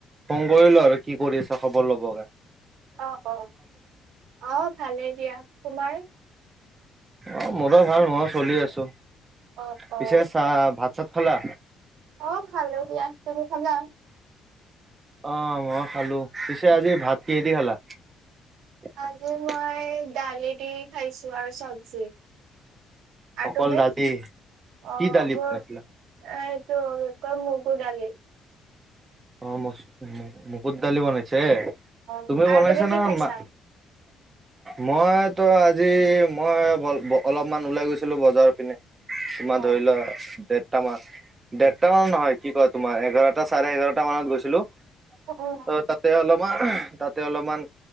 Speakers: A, on the right; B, on the right.
A: ফোন কৰিলো আৰু কি কৰি আছ খবৰ ল'বলে
B: অ অ অহ ভালেই দিয়া তোমাৰ
A: অহ মোৰো ভাল ময়ো চলি আছো
B: অ
A: পিছে
B: অ
A: চাহ ভাত চাত খালা
B: অ খালো দিয়া তুমি খালা
A: অহ মই খালো পিছে আজি ভাত কিহেদি খালা <inaudible>
B: আজি
A: <unintelligible>
B: মই দালি দি খাইছো আৰু চব্জি আৰু
A: অকল
B: তুমি
A: দালি
B: অহ
A: কি দালি
B: মোৰ
A: বনাইছিলা
B: এইটো কি কম মগু দালি
A: অহ মুগুৰ দালি বনাইছে
B: অ
A: তুমি
B: আৰু
A: বনাইছা
B: কি
A: না
B: খাইছা
A: মা মই তো আজি মই অলপমান ওলাই গৈছিলো বজাৰ পিনে তোমাৰ
B: অ
A: ধৰি লোৱা দেৰটা মান দেৰটা মান নহয় কি কয় তোমাৰ এঘাৰটা চাৰে এঘাৰটা মানত গৈছিলো
B: উম
A: ত' তাতে অলপমান তাতে অলপমান